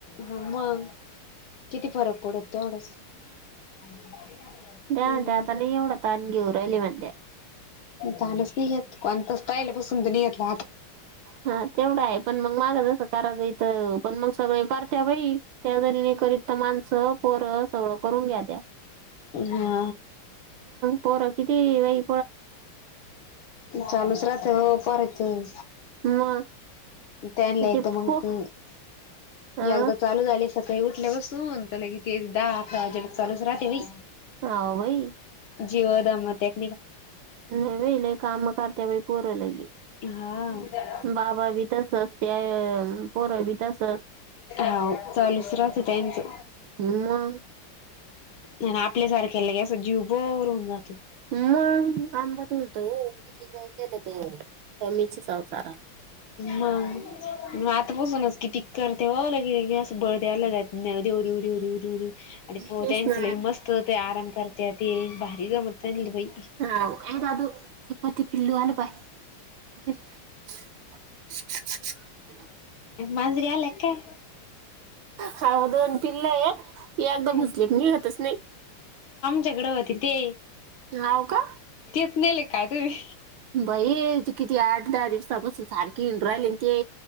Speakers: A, on the left; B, on the right.
A: ह मग किती फरक पडत तेवढंच. <unintelligible> हम्म
B: द्या म्हणते आता लई येवढं ताण घेऊ राहिल्या म्हणत्या,
A: ताणच येत कोणता स्टाईलपसूनेत,
B: हा तेवढा आहे पण मग माग, करा येत पण मग सगळे करत्या बाई, त्या जरीने करत माणसं पोर सगळं कर होंग्या,
A: हा.
B: परोर किती वई
A: चालूच राहते हो पोराचं,
B: मग
A: त्यां ल येतो
B: ते
A: मग.
B: पो
A: ह
B: अं
A: अगदा चालू झाले. काही उठल्या बसून त्या, ल कि ते दहा अकराजलक चालूच राहते बाई.
B: हा बाई,
A: जीव द मतक,
B: नाही बले काम करते बाई पूरलाग.
A: हा
B: बाबा बी तसच त्या पोरा बी तसच.
A: ह चालूचरच त्यांचं.
B: हिमा,
A: नाही ना आपल्या सारखे ल क, अस जीव बर होऊन जातो.
B: मग आंबा ठोलतोठीय केलं तर. कमीच संसाराला
A: मग म आता बसूनच किती करते. तेव्हावलं के की असं बळद आलं, देऊ देऊ देऊ देऊ देऊ दे. आणि त्यांच
B: तेच ना
A: ल मस्त हो, आराम करते ते भारी जमत बाई
B: हा ये दादू चिपती, पिल्लू आल बाय <unintelligible>
A: माजरी आ काय?
B: हाव दोन पिल्ले आहेत एकदा
A: काय
B: भुसलेत निघातच नाही.
A: झगडा होतील ते.
B: हाव का?
A: तेच नेले काय तुम्ही
B: बाई ती किती आठ दहा दिवसापासून सारखी राहिली ते